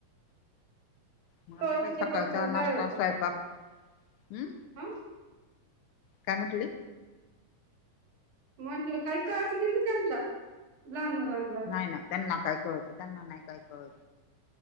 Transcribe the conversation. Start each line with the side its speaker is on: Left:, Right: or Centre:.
Left: मग
Right: कळत
Left: आता का सकाळचा
Right: नाही पटकन
Left: नाश्ता
Right: काय होतंय
Left: स्वयंपाक हम्म
Right: हं
Left: काय म्हटली.
Right: म्हटलं काही करच नाही ना त्यांना लहान मुलांना
Left: नाही ना त्यांना काय कळत त्यांना नाही काय कळत.